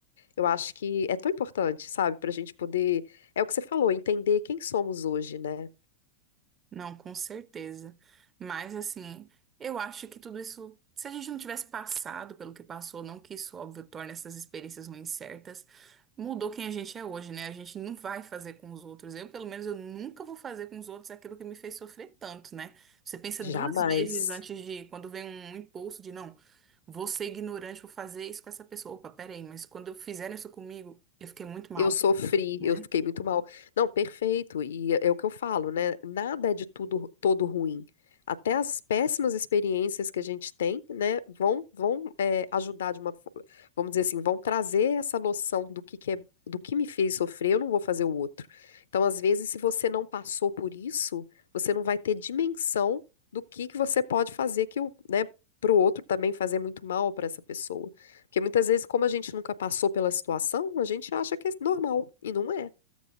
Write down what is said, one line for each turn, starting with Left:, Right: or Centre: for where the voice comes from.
Left: eu acho que é tão importante, sabe, para a gente poder, é o que você falou, entender quem somos hoje, né?
Right: Não, com certeza. Mas assim, eu acho que tudo isso, se a gente não tivesse passado pelo que passou, não que isso, óbvio, torne essas experiências ruins certas, mudou quem a gente é hoje, né? A gente não vai fazer com os outros. Eu, pelo menos, eu nunca vou fazer com os outros aquilo que me fez sofrer tanto, né? Você pensa
Left: Jamais.
Right: duas vezes antes de, quando vem um impulso de, não, vou ser ignorante, vou fazer isso com essa pessoa. Opa, peraí, mas quando fizeram isso comigo, eu fiquei muito mal.
Left: Eu sofri,
Right: né?
Left: eu fiquei muito mal. Não, perfeito. E é o que eu falo, né? Nada é de tudo todo ruim. Até as péssimas experiências que a gente tem, né, vão vão é, ajudar de uma, fo- vamos dizer assim, vão trazer essa noção do que que é, do que me fez sofrer, eu não vou fazer o outro. Então, às vezes, se você não passou por isso, você não vai ter dimensão do que que você pode fazer que o, né, pro outro também fazer muito mal para essa pessoa. Porque muitas vezes, como a gente nunca passou pela situação, a gente acha que é normal, e não é.